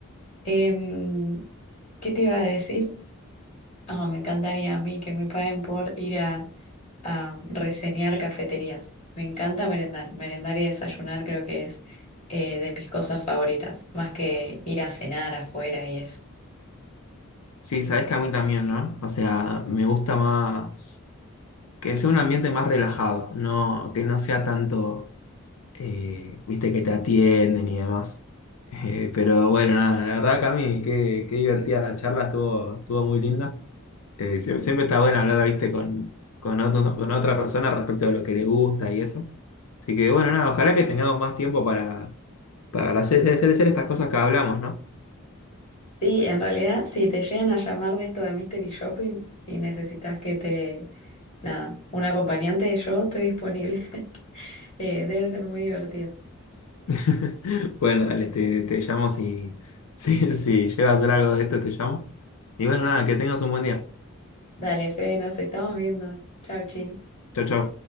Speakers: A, on the left (about 30°); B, on the left (about 85°).
A: Em, ¿qué te iba a decir? Ah, me encantaría a mí que me paguen por ir a, a reseñar cafeterías. Me encanta merendar. Merendar y desayunar creo que es eh, de mis cosas favoritas, más que ir a cenar afuera y eso.
B: Sí, sabes que a mí también, ¿no? O sea, me gusta más que sea un ambiente más relajado, no, que no sea tanto, eh, viste, que te atienden y demás. Eh, pero bueno, nada, la verdad, Cami, qué, qué divertida la charla, estuvo, estuvo muy linda. Eh, sie- siempre está bueno hablar, viste, con, con, otro- con otra persona respecto de lo que le gusta y eso. Así que bueno, nada, ojalá que tengamos más tiempo para, para hacer, hacer hacer estas cosas que hablamos, ¿no?
A: Sí, en realidad, si te llegan a llamar de esto de Mystery Shopping y necesitas que te, nada, un acompañante, yo estoy disponible. <laughs> Eh, debe ser muy divertido.
B: <laughs> Bueno, dale, te, te llamo si, <laughs> si, si llega a hacer algo de esto, te llamo. Y bueno, nada, que tengas un buen día.
A: Dale, Fede, nos estamos viendo. Chau, chi.
B: Chao, chao.